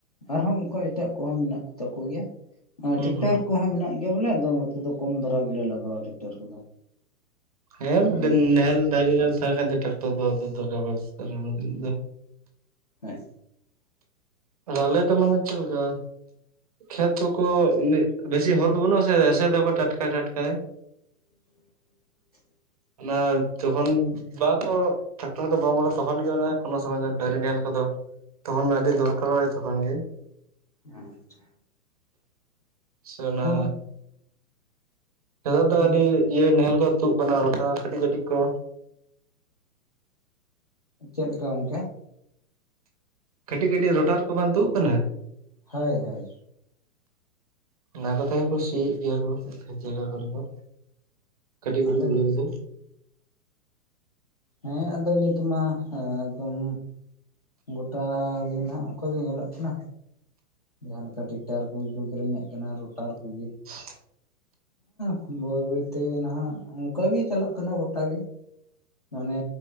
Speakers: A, on the left; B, on the right.
A: ᱟᱨᱦᱚᱸ ᱚᱱᱠᱩ ᱮᱴᱟᱜ ᱠᱚᱦᱚᱸ ᱢᱮᱱᱟᱜ ᱠᱚ ᱛᱟᱠᱚ ᱜᱮᱭᱟ᱾
B: ᱦᱩᱸ
A: ᱴᱮᱠᱴᱟᱨ
B: ᱦᱩᱸ
A: ᱠᱚᱦᱚᱸ ᱢᱮᱱᱟᱜ ᱜᱮᱭᱟ ᱵᱚᱞᱮ ᱟᱫᱚ ᱱᱚᱛᱮ ᱫᱚ ᱠᱚᱢ ᱫᱷᱟᱨᱟ ᱜᱮᱞᱮ ᱞᱟᱜᱟᱣᱟ ᱴᱮᱠᱴᱟᱨ ᱠᱚᱫᱚ᱾
B: ᱦᱮᱸ
A: ᱚ
B: ᱱᱟᱦᱮᱞ ᱰᱟᱹᱭᱨᱤ ᱨᱮᱦᱚᱸ ᱛᱟᱦᱮᱱ ᱠᱷᱟᱱ ᱫᱚ ᱴᱨᱮᱠᱴᱚᱨ ᱫᱚ ᱟᱫᱚ ᱵᱟᱭ ᱫᱚᱨᱠᱟᱨᱚᱜᱼᱟ ᱩᱱᱟᱜ ᱫᱷᱟᱹᱵᱤᱡ ᱫᱚ᱾
A: ᱦᱮᱸ
B: ᱟᱫᱚ ᱟᱞᱮ ᱫᱚ ᱢᱟᱱᱮ ᱪᱮᱫ ᱞᱮᱠᱟ? ᱠᱷᱮᱛ ᱠᱚᱠᱚ ᱵᱮᱥᱤ ᱦᱚᱨ ᱫᱚ ᱵᱟᱹᱱᱩᱜᱼᱟᱥᱮ, ᱮᱥᱮᱫᱟᱠᱚ ᱴᱟᱴᱠᱟᱭ ᱴᱟᱴᱠᱟᱭ᱾
A: <inaudible>
B: ᱚᱱᱟ ᱡᱚᱠᱷᱚᱱ ᱵᱟᱠᱚ᱾ ᱴᱨᱟᱠᱴᱟᱨ ᱫᱚ ᱵᱟᱢ ᱵᱚᱞᱚ ᱛᱚᱠᱷᱚᱱ ᱜᱮ ᱚᱱᱟ ᱠᱚᱱᱳ ᱥᱚᱢᱚᱭ ᱫᱚ ᱰᱟᱹᱝᱨᱤ ᱱᱟᱦᱮᱞ ᱠᱚᱫᱚ ᱛᱚᱠᱷᱚᱱ ᱟᱹᱰᱤ ᱫᱚᱨᱠ ᱦᱚᱭ ᱛᱚᱠᱷᱳᱱ ᱜᱮ᱾
A: ᱦᱮᱸ ᱟᱪᱪᱷᱟ᱾
B: ᱟᱪᱪᱦᱟ ᱚᱱᱟ
A: ᱦᱳᱭ
B: ᱱᱮᱛᱚᱜ ᱫᱚ
A: ᱦᱳᱭ
B: ᱟᱹᱰᱤ ᱤᱭᱟᱹ ᱱᱟᱦᱮᱞ ᱠᱚ ᱛᱩᱫ ᱠᱟᱱᱟ ᱨᱚᱴᱟᱨ ᱠᱟᱹᱴᱤᱡ ᱠᱟᱹᱴᱤᱡ ᱠᱚ᱾
A: ᱪᱮᱫᱞᱮᱠᱟ ᱜᱚᱝᱠᱮ?
B: ᱠᱟᱹᱴᱤᱡ ᱠᱟᱹᱴᱤᱡ ᱨᱚᱴᱟᱨ ᱠᱚ ᱵᱟᱝ ᱛᱩᱫ ᱟᱠᱟᱱᱟ?
A: ᱦᱳᱭ ᱦᱳᱭ
B: ᱚᱱᱟ ᱠᱚᱛᱮ ᱠᱚ ᱥᱤᱭᱮᱫ ᱜᱮᱭᱟ ᱠᱚ ᱠᱦᱮᱛ ᱡᱟᱭᱜᱟ ᱠᱚᱨᱮ ᱫᱚ ᱠᱟᱹᱴᱤᱡ ᱠᱟᱹᱴᱤᱡ
A: ᱟᱞᱮ
B: ᱵᱩᱲᱟᱹ ᱠᱚᱫᱚ᱾
A: ᱦᱮᱸ ᱟᱫᱚ ᱱᱤᱛ ᱢᱟ ᱮᱠᱫᱚᱢ᱾ ᱜᱚᱴᱟ ᱜᱮ ᱱᱟᱦᱟᱜ ᱠᱷᱚᱡ ᱜᱮ ᱧᱮᱞᱚᱜ ᱠᱟᱱᱟ᱾ ᱡᱟᱦᱟᱸ ᱞᱮᱠᱟ ᱴᱮᱠᱴᱟᱨ ᱠᱚᱜᱮ ᱠᱚ ᱠᱤᱨᱤᱧᱮᱫ ᱠᱟᱱᱟ ᱨᱳᱴᱟᱨ ᱠᱚᱜᱮ᱾
B: <unintelligible>
A: ᱦᱮᱸ ᱵᱟᱹᱭ ᱵᱟᱹᱭᱛᱮ ᱱᱟᱦᱟᱜ ᱚᱱᱠᱟᱜᱮ ᱪᱟᱞᱟᱜ ᱠᱟᱱᱟ ᱜᱚᱴᱟ ᱜᱮ᱾ ᱢᱟᱱᱮ